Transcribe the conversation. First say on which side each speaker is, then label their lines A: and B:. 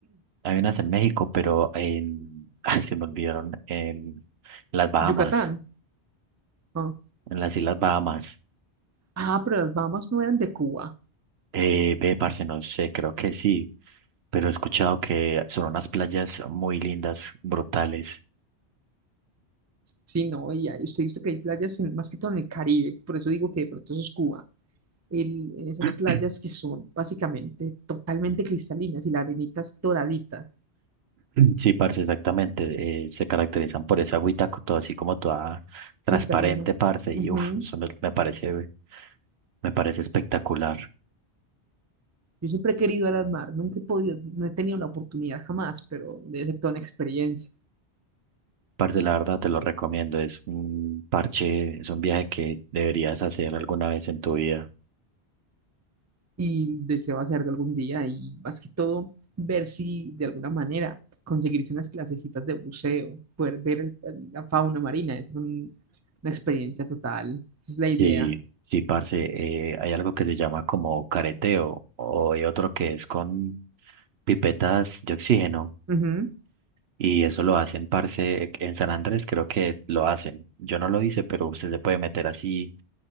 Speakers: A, on the right; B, on the right.
A: Hay unas en México, pero en... <laughs> ay, se me olvidaron, en las Bahamas,
B: Yucatán. Ah,
A: en las Islas Bahamas.
B: Ah, pero las Bahamas no eran de Cuba.
A: Eh, ve, parce, no sé, creo que sí. pero he escuchado que son unas playas muy lindas, brutales.
B: Sí, no, y ahí usted visto que hay playas en- más que todo en el Caribe, por eso digo que de pronto eso es Cuba. El- en esas
A: <clears throat>
B: playas que son básicamente totalmente cristalinas y la arenita es doradita,
A: Sí, parce, exactamente. eh, se caracterizan por esa agüita, co- todo así como toda transparente,
B: cristalina.
A: parce.
B: Ujú.
A: Y uff, eso me, me parece, me parece espectacular.
B: Yo siempre he querido ir al mar, nunca he podido, no he tenido la oportunidad jamás, pero debe ser toda una experiencia
A: Parce, la verdad te lo recomiendo. Es un parche, es un viaje que deberías hacer alguna vez en tu vida.
B: y deseo hacerlo algún día y más que todo ver si de alguna manera conseguirse unas clasecitas de buceo, poder ver el- el- la fauna marina, es un- una experiencia total, esa es la idea.
A: Sí, sí, parce, eh, hay algo que se llama como careteo o hay otro que es con pipetas de oxígeno.
B: Ujú.
A: Y eso lo hacen, parce, en San Andrés creo que lo hacen. Yo no lo hice, pero usted se puede meter así